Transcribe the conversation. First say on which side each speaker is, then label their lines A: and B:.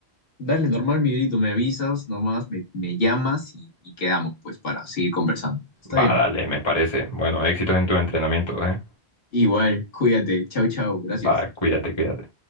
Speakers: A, on the left; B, on the left.
A: Dale, normal, mi grito, me avisas, nomás me, me llamas y, y quedamos, pues, para seguir conversando. Está
B: Va,
A: bien.
B: dale, me parece. Bueno, éxitos en tu entrenamiento, ¿eh?
A: Igual, cuídate. Chau, chau. Gracias.
B: Va, cuídate, cuídate.